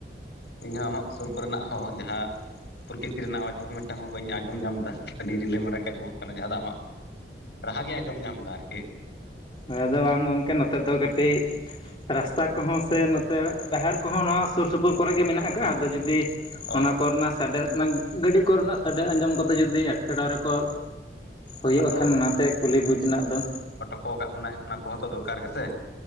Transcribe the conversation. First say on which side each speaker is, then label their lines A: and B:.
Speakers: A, on the left; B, on the left.
A: ᱤᱧ ᱦᱚᱸ ᱟᱢᱟᱜ ᱥᱩᱨ ᱠᱚᱨᱮᱱᱟᱜ ᱦᱚᱸ ᱡᱟᱦᱟᱸ ᱯᱨᱚᱠᱤᱛᱤ ᱨᱮᱱᱟᱜ ᱟᱣᱟᱡᱽ ᱠᱚᱦᱚᱸ ᱢᱤᱫᱴᱟᱝ ᱦᱚᱸ ᱵᱟᱹᱧ ᱟᱸᱡᱚᱢ ᱧᱟᱢᱮᱫᱫᱟ ᱟᱹᱰᱤ ᱨᱤᱞᱟᱹᱢᱟᱲᱟᱟ ᱜᱮ ᱟᱸᱡᱚᱢᱚᱜ ᱠᱟᱱᱟ᱾ ᱡᱟᱦᱟᱸ ᱫᱚ ᱟᱢᱟᱜ ᱨᱟᱦᱟ ᱜᱮᱭᱤᱧ ᱟᱸᱡᱚᱢ ᱧᱟᱢ ᱮᱫᱟ ᱟᱨᱠᱤ
B: ᱦᱚᱭ ᱟᱫᱚ ᱵᱟᱝ ᱜᱚᱝᱠᱮ ᱱᱚᱛᱮ ᱫᱚ ᱠᱟᱹᱴᱤᱡ ᱨᱟᱥᱛᱟ ᱠᱚᱦᱚᱸ ᱥᱮ ᱱᱚᱛᱮ ᱰᱟᱦᱟᱨ ᱠᱚᱦᱚᱸ ᱱᱚᱣᱟ ᱥᱩᱨ ᱥᱩᱯᱩᱨ ᱠᱚᱨᱮ ᱜᱮ ᱢᱮᱱᱟᱜ ᱟᱠᱟᱫᱼᱟ
A: ᱚᱸ
B: ᱟᱫᱚ ᱡᱩᱫᱤ
A: ᱚ
B: ᱚᱱᱟ ᱠᱚᱨᱮᱱᱟ, ᱥᱟᱰᱮ ᱚᱱᱟ ᱜᱟᱹᱰᱤ ᱠᱚᱨᱮᱱᱟᱜ ᱥᱟᱰᱮ ᱟᱸᱡᱚᱢ ᱠᱟᱛᱮ ᱡᱩᱫᱤ ᱮᱴᱠᱮᱴᱚᱬᱮ ᱠᱚ᱾ ᱦᱩᱭᱩᱜᱼᱟ
A: ᱟᱫᱚ
B: ᱠᱷᱟᱱ ᱚᱱᱟᱛᱮ ᱠᱩᱞᱤ ᱵᱩᱡᱽ ᱨᱮᱱᱟᱜ ᱫᱚ
A: ᱦᱚ ᱠᱟ ᱵᱚᱱᱟᱭ ᱚᱱᱟ ᱠᱚᱦᱚᱸ ᱛᱚ ᱫᱚᱨᱠᱟᱨ ᱜᱮᱥᱮ